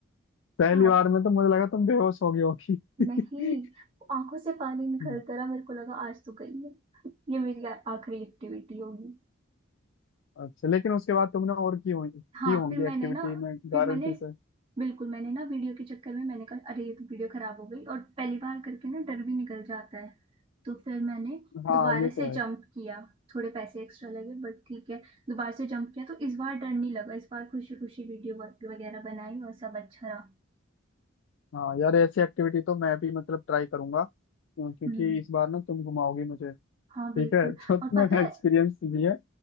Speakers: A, on the left; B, on the right.
A: पहली
B: सेट
A: बार में तो मुझे लगा तुम बेहोश हो गई होगी <laughs>
B: नहीं आंखों से पानी
A: लेकिन
B: निकलता रहा मेरे को लगा आज तो गई है ये मेरी आ- आखिरी एक्टिविटी होगी
A: अच्छा लेकिन उसके बाद तुमने और की होंगी की
B: हाँ
A: होंगी
B: फिर मैंने
A: एक्टिविटी
B: ना
A: में
B: फिर
A: गारंटी
B: मैंने
A: से
B: बिल्कुल मैंने ना वीडियो के चक्कर में मैंने कहा अरे ये तो वीडियो खराब हो गई और पहली बार करके ना डर भी निकल जाता है तो फिर मैंने
A: हाँ
B: दोबारा
A: ये तो
B: से
A: है
B: जंप किया थोड़े पैसे एक्स्ट्रा लगे बट ठीक है दोबारा से जंप किया तो इस बार डर नहीं लगा इस बार खुशी खुशी वीडियो वगैरह बनाई और सब अच्छा रहा
A: हाँ यार ऐसी एक्टिविटी तो मैं भी मतलब ट्राई करूंगा क्यों- क्योंकि
B: हम्म
A: इस बार ना तुम घुमाओगी मुझे ठीक
B: हाँ बिल्कुल
A: है <laughs> तो तुम्हें
B: और पता है
A: एक्सपीरियंस भी है